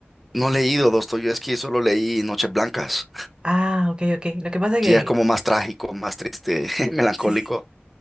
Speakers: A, in the centre; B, on the right.
A: No he leído Dostoyevski, solo leí Noches Blancas.
B: Ah, ok, ok. Lo que pasa
A: que
B: que.
A: ya es como más trágico, más triste, <laughs> melancólico,
B: Sí, sí, sí,